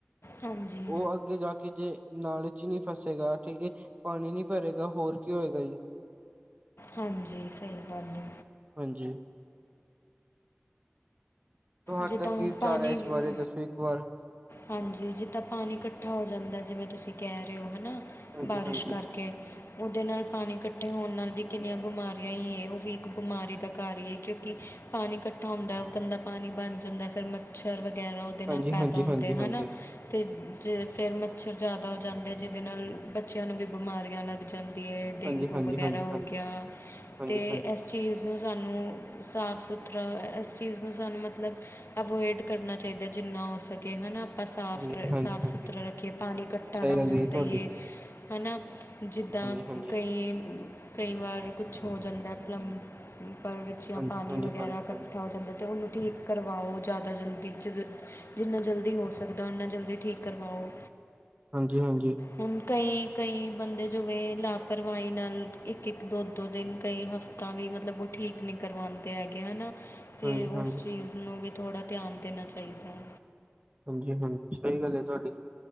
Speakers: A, on the left; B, on the right.
A: ਹਾਂਜੀ
B: ਉਹ ਅੱਗੇ ਜਾ ਕੇ ਜੇ ਨਾਲੇ ਚ ਹੀ ਨਹੀਂ ਫਸੇਗਾ ਠੀਕ ਹੈ, ਪਾਣੀ ਨੀ ਭਰੇਗਾ ਹੋਰ ਕੀ ਹੋਏਗਾ ਜੀ
A: ਹਾਂਜੀ, ਸਹੀ ਗੱਲ ਏ
B: ਹਾਂਜੀ ਤੁਹਾਡੇ
A: ਜਿੱਦਾਂ
B: ਕੀ
A: ਹੁਣ
B: ਵਿਚਾਰ
A: ਪਾਣੀ
B: ਹੈ, ਇਸ
A: ਵੀ-
B: ਬਾਰੇ, ਦੱਸੋ ਇੱਕ ਵਾਰ
A: ਹਾਂਜੀ ਜਿੱਦਾਂ ਪਾਣੀ ਇਕੱਠਾ ਹੋ ਜਾਂਦਾ, ਜਿਵੇਂ ਤੁਸੀਂ ਕਹਿ ਰਹੇ ਹੋ, ਹੈ ਨਾ
B: ਹਾਂਜੀ,
A: ਬਾਰਿਸ਼
B: ਹਾਂਜੀ।
A: ਕਰਕੇ ਉਹਦੇ ਨਾਲ ਪਾਣੀ ਇਕੱਠੇ ਹੋਣ ਨਾਲ ਵੀ ਕਿੰਨੀਆਂ ਬਿਮਾਰੀਆਂ ਹੀ ਹੈ, ਉਹ ਵੀ ਇੱਕ ਬਿਮਾਰੀ ਦਾ ਕਾਰ ਹੀ ਹੈ, ਕਿਉਂਕਿ ਪਾਣੀ ਇਕੱਠਾ ਹੁੰਦਾ, ਉਹ ਗੰਦਾ ਪਾਣੀ ਬਣ ਜਾਂਦਾ, ਫਿਰ ਮੱਛਰ ਵਗੈਰਾ ਉਹਦੇ ਨਾਲ
B: ਹਾਂਜੀ,
A: ਪੈਦਾ
B: ਹਾਂਜੀ,
A: ਹੁੰਦਾ
B: ਹਾਂਜੀ, ਹਾਂਜੀ, ਹਾਂਜੀ,
A: ਤੇ ਜੇ ਫੇਰ ਮੱਛਰ ਜ਼ਿਆਦਾ ਹੋ ਜਾਂਦੇ, ਜਿਹਦੇ ਨਾਲ ਬੱਚਿਆਂ ਨੂੰ ਵੀ ਬਿਮਾਰੀਆਂ ਲੱਗ ਜਾਂਦੀ ਹੈ, ਡੇਂਗੂ
B: ਹਾਂਜੀ, ਹਾਂਜੀ,
A: ਵਗੈਰਾ
B: ਹਾਂਜੀ,
A: ਹੋ
B: ਹਾਂਜੀ, ਹਾਂਜੀ।
A: ਗਿਆ,
B: ਹਾਂਜੀ,
A: ਤੇ ਇਸ ਚੀਜ਼ ਨੂੰ ਸਾਨੂੰ ਸਾਫ -ਸੁਥਰਾ, ਇਸ ਚੀਜ਼ ਨੂੰ ਸਾਨੂੰ ਮਤਲਬ ਅਵੋਇਡ ਕਰਨਾ ਚਾਹੀਦਾ, ਜਿੰਨਾ ਹੋ ਸਕੇ ਹੈਨਾ ਆਪਾਂ ਸਾਫ਼
B: ਹਾਂਜੀ,
A: ਰ ਸਾਫ਼ ਸੁਥਰਾ
B: ਹਾਂਜੀ
A: ਰੱਖੀਏ, ਪਾਣੀ ਇਕੱਠਾ
B: ਸਹੀ
A: ਨਾ ਹੋਣ
B: ਗੱਲ ਜੀ
A: ਦੇਈਯੇ।
B: ਤੁਹਾਡੀ
A: ਹੈ ਨਾ, ਜਿੱਦਾਂ
B: ਹਾਂਜੀ, ਹਾਂਜੀ,
A: ਕਈ ਕਈ ਵਾਰ ਕੁਛ ਹੋ ਜਾਂਦਾ, ਪਲੰਮ ਪਰ, ਵਿੱਚ ਜਾਂ
B: ਹਾਂਜੀ,
A: ਪਾਣੀ
B: ਹਾਂਜੀ,
A: ਵਗੈਰਾ
B: ਹਾਂਜੀ,
A: ਇਕੱਠਾ
B: ਹਾਂਜੀ।
A: ਹੋ ਜਾਂਦਾ ਅਤੇ ਉਹਨੂੰ ਠੀਕ ਕਰਵਾਓ ਜ਼ਿਆਦਾ ਜਲਦੀ, ਜਦ ਜਿੰਨਾ ਜਲਦੀ ਹੋ ਸਕਦਾ, ਉਨਾ ਜਲਦੀ ਠੀਕ ਕਰਵਾਓ
B: ਹਾਂਜੀ, ਹਾਂਜੀ,
A: ਹੁਣ ਕਈ, ਕਈ ਬੰਦੇ ਜੋਵੇ ਲਾਪਰਵਾਹੀ ਨਾਲ ਇੱਕ- ਇੱਕ, ਦੋ -ਦੋ ਦਿਨ ਕਈ ਹਫ਼ਤੇ ਤਾਂ ਵੀ ਮਤਲਬ, ਉਹ ਠੀਕ ਨਹੀਂ ਕਰਵਾਉਂਦੇ ਹੈਗੇ, ਹੈਨਾ ਤੇ
B: ਹਾਂਜੀ, ਹਾਂਜੀ,
A: ਉਸ ਚੀਜ਼ ਨੂੰ ਵੀ, ਥੋੜ੍ਹਾ ਧਿਆਨ ਦੇਣਾ ਚਾਹੀਦਾ ਹੈ।
B: ਹਾਂਜੀ- ਹਾਂਜੀ ਸਹੀ ਗੱਲ ਹੈ, ਤੁਹਾਡੀ,